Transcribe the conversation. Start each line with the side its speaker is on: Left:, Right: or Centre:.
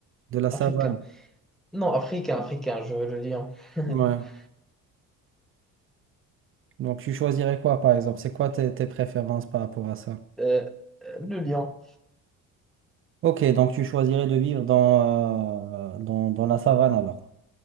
Right: de la savane.
Centre: africain. Non, africain, africain, je veux le lion.
Right: Ouais.
Centre: <laughs>
Right: Donc tu choisirais quoi, par exemple? C'est quoi tes, tes préférences par rapport à ça?
Centre: Euh, euh, le lion,
Right: Ok, donc tu choisirais de vivre dans, euh, dans, dans la savane alors.